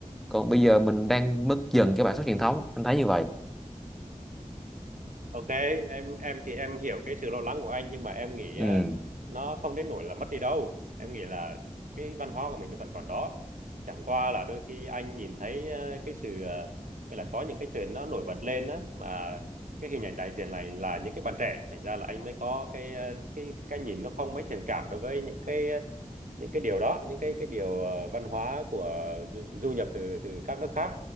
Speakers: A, in the centre; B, on the right (about 80°).
A: còn bây giờ mình đang mất dần cái bản sắc truyền thống anh thấy như vậy
B: Ok, em em thì em hiểu cái sự lo lắng của anh nhưng mà em nghĩ
A: ừ
B: á, nó không đến nỗi là mất đi đâu. Em nghĩ là cái văn hóa của mình nó vẫn còn đó. Chẳng qua là đôi khi anh nhìn thấy ờ, cái sự ờ, hay là có những cái chuyện nó nổi bật lên á mà cái hình ảnh đại diện này là những cái bạn trẻ, thành ra là anh mới có cái ờ, cái cái nhìn nó không mấy thiện cảm đối với những cái ờ, những cái điều đó, những cái cái điều ờ, văn hóa của du, du nhập từ từ các nước khác